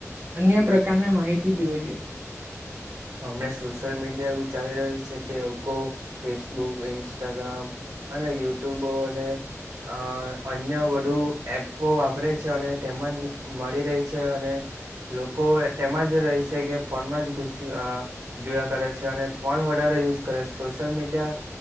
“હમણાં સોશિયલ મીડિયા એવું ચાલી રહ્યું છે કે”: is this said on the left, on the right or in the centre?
Right